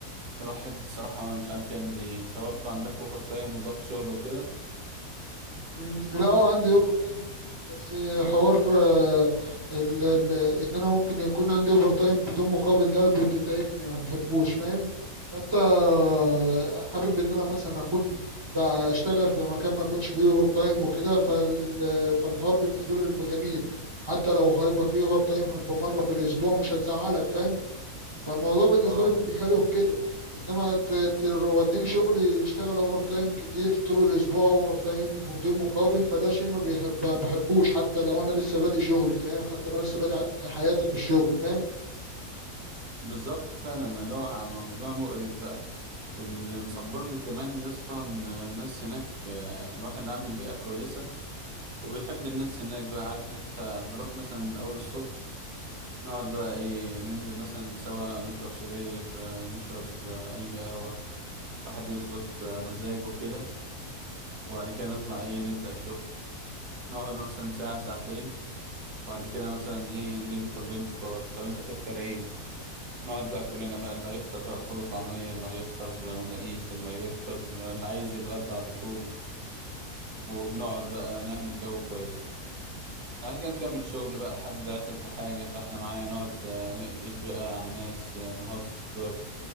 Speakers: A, on the right; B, on the right.
A: الواحد بصراحه مش عارف يعمل ايه انت برضو عندك اوفر تايم وضغط شغل وكده
B: أمم، لا آه، عندي اوفر تايم بس حوار آه، ال ال ان انا ممكن يكون عندي اوفر تايم بدون مقابل ده بي- بيتعبني ما بحبوش فاهم فانت آه، حابب ان انا مثلا اكون بشتغل في مكان ما يكونش فيه اوفر تايم وكده فال فالحوار بالنسبه لي بيبقى جميل حتى لو هيبقى فيه اوفر تايم هيبقى مره في الاسبوع مش هتزعلك فاهم فالموضوع بالنسبة
A: اه
B: لي بيبقى حلو في كده انما ت- توديني شغل يشتغل اوفر تايم كتير طول الاسبوع اوفر تايم بدون مقابل فده شيء ما بيحب بحبوش حتى لو انا لسه بادئ شغلي فاهم حتى لو لسه بادئ حياتي في الشغل فاهم
A: بالظبط فعلا اللي هو موضوع مقرف بقى اللي مصبرني كمان يا اسطى إن الناس هناك آه، الواحد عامل بيئه كويسه وبيحب الناس هناك بقى عارف حتى نروح مثلا من أول الصبح نقعد بقى إيه ننزل مثلا سوا نشرب سجاير آه، نشرب آه، أي قهوة واحد يظبط آه، مزاجه كده وبعد كده نطلع إيه نبدأ الشغل نقعد مثلا ساعة ساعتين وبعد كده مثلا إيه نيجي طالبين فطار طب أنت تفطر إيه؟ نقعد بقى كلنا بقى اللي هيفطر بقى فول وطعمية اللي هيفطر آه، مناقيش اللي هيفطر آه، اللي عايز يتغدى على طول وبنقعد بقى نعمل جو كويس بعد كده نكمل شغل بقى حد عطل في حاجة فاحنا معايا نقعد آه، نقفش بقى على الناس آه، نهزر